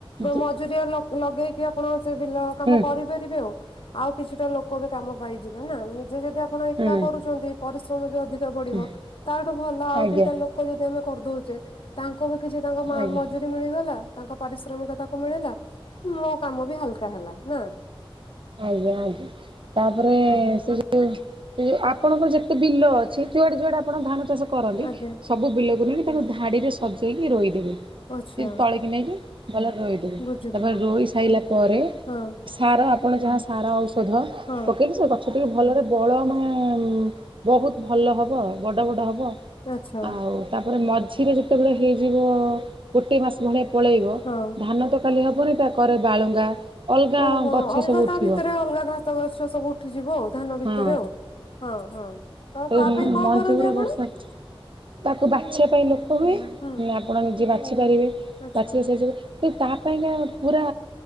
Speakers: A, on the right; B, on the left.
A: ଯେ
B: ମଜୁରିଆ ଲଗେଇକିଆ ଆପଣଙ୍କ ସେ ବିଲ କାମ
A: ହୁଁ
B: କରିପାରିବେ ଓ ଆଉ ଆଉ କିଛିଟା ଲୋକ ବି କାମ ପାଇଯିବେ ନା ନିଜେ ଯଦି ଆପଣ ଆପଣ ଏକା
A: ହୁଁ
B: କରୁଛନ୍ତି ପରିଶ୍ରମ ବି ଅଧିକ ପଡ଼ିବ।
A: ହୁଁ
B: ତାଠୁ ଭଲ ଆଉ
A: ଆଜ୍ଞା
B: ଦିଟା ଲୋକ ଯଦି ଆମେ କରିଦଉଛେ ତାଙ୍କୁ ବି କିଛି ତାଙ୍କ
A: ଆଜ୍ଞା
B: ଯଦି ମିଳିଗଲା ତାଙ୍କ ପାରିଶ୍ରମିକ ତାକୁ ମିଳିଲା। ମୋ କାମ ବି ହାଲକା ହେଲା ନା।
A: ଆଜ୍ଞା ଆଜ୍ଞା ତାପରେ ସେ ଯୋଉ ଆପଣଙ୍କର ଯେତେ ବିଲ ଅଛି ଯୁଆଡେ ଯୁଆଡେ ଆପଣ ଧାନ ଚାଷ କରନ୍ତି
B: ଆଜ୍ଞା
A: ସବୁ ବିଲକୁ ନେଇକି ତାକୁ ଧାଡିରେ ସଜେଇକି ରୋଇବେ ସେ
B: ଆଚ୍ଛା
A: ତଳିକି ନେଇକି ପ ଭଲ ରୋଇଦେବେ
B: ବୁଝିଲି
A: ତାପରେ ରୋଇ ସାରିଲା ପରେ
B: ହଁ
A: ସାର ଆପଣ ଯାହା ସାର ଔଷ ଧ
B: ହଁ
A: ପକେଇ ସ ସେ ଟିକେ ଭଲରେ ବଳ ମାନେ ବହୁତ ଭଲ ହବ ବଡ ବଡ ହବ ଆଉ।
B: ଆଚ୍ଛା
A: ଆଉ ତାପରେ ମଝିରେ ଯେତେବେଳେ ହେଇଯିବ ଗୋଟେ ମାସ ଭଳିଆ ପଳେଇବ
B: ହଁ
A: ଧାନ ତ ଖାଲି ହବନି ତା କରେ ବାଳୁଙ୍ଗା ଅଲଗା
B: ଓହୋ
A: ଗଛ
B: ଅଲଗା
A: ସବୁ ଉଠିବ।
B: ତା ଭିତରେ ଅଲଗା ଘାସ ଗଛ ସବୁ ଉଠିଯିବ ଆଉ ଧାନ ଭିତରେ
A: ହଁ
B: ଆଉ ହଁ ହଁ। ତ
A: ସବୁ
B: ତା ପାଇଁ କଣ
A: ମଞ୍ଜି
B: କରନ୍ତି
A: ଗୁରା
B: ଆପଣ?
A: ବର୍ଷା ତାକୁ ବାଛିବା ପାଇଁ ଲୋକ ହୁଏ ନହେଲେ
B: ହୁଁ
A: ଆପଣ ନିଜେ ବାଛି ପାରିବେ
B: ଆଚ୍ଛା।
A: ବାଛିିଲେ ସେ କି ତା ପାଇଁକା ପୁରା